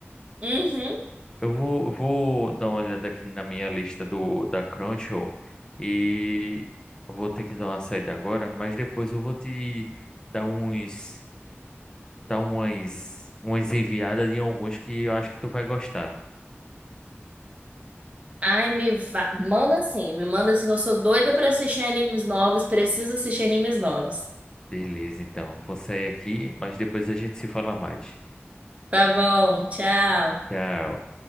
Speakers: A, on the right; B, on the left.
A: Uhum.
B: Eu vou, eu vou dar uma olhada aqui na minha lista do da Crunchyroll e eu vou ter que dar uma saída agora, mas depois eu vou te dar uns, dar umas, umas enviadas de alguns que eu acho que tu vai gostar.
A: Ai, me fa- manda sim, me manda sim. Eu sou doida pra assistir animes novos, preciso assistir animes novos.
B: Beleza, então. Vou sair aqui, mas depois a gente se fala mais.
A: Tá bom, tchau.
B: Tchau.